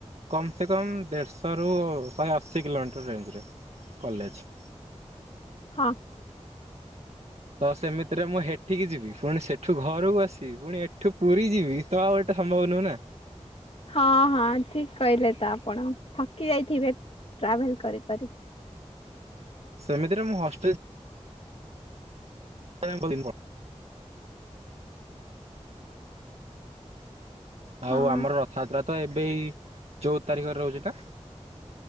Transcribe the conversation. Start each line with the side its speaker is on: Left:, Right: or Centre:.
Right: କମ୍ ସେ କମ୍ ଦେଢ଼ଶହରୁ ଶହେ ଅଶୀ କିଲୋମିଟର ରେଞ୍ଜରେ କଲେଜ।
Left: ହଁ।
Right: ତ ସେମିତିରେ ମୁଁ ହେଠିକି ଯିବି ପୁଣି ସେଠ ଏଠୁ ଘରକୁ ଆସିବି ପୁଣି ଏଠୁ ପୁରୀ ଯିବି ତ ଆଉ ଏଟା ସମ୍ଭବ ନୁହେଁ ନା।
Left: ହଁ ହଁ ଠିକ କହିଲେ ତ ଆପଣ ଥକି ଯାଇଥିବେ। ଟ୍ରାଭେଲ କରି କରି।
Right: ସେମିତିରେ ମୁଁ ହଷ୍ଟେଲ <inaudible> ଆଉ
Left: ହଁ।
Right: ଆମର ରଥଯାତ୍ରା ତ ଏବେ ଏଇ ଚଉଦ ତାରିଖରେ ରହୁଛି ନା।